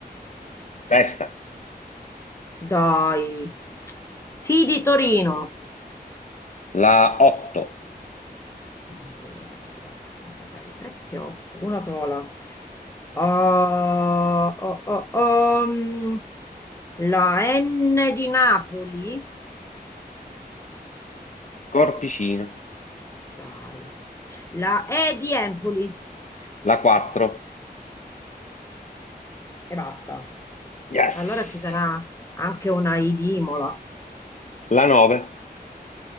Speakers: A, on the left; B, on the left.
A: testa.
B: Dai. T di Torino.
A: La 8,
B: 1, 2, 3, 4, 5, 6, 7, 8. Una sola. Oh, oh, oh, oh. mm. La N di Napoli?
A: corpicino.
B: Dai. La E di Empoli
A: La 4,
B: e basta.
A: yes.
B: Allora ci sarà anche una I di Imola.
A: La 9,